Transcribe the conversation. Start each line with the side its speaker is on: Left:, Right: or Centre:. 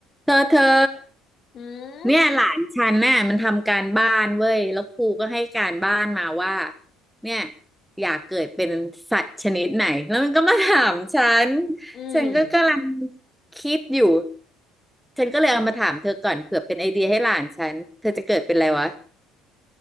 Centre: เธอเธอ
Left: อืม
Centre: เนี่ยหลานฉันน่ะมันทำการบ้านเว้ยแล้วครูก็ให้การบ้านมาว่าเนี่ยอยากเกิดเป็นสัตว์ชนิดไหนแล้วมันก็มาถามฉัน
Left: อืม
Centre: ฉันก็กำลังคิดอยู่ฉันก็เลยเอามาถามเธอก่อนเผื่อเป็นไอเดียให้หลานฉันเธอจะเกิดเป็นอะไรวะ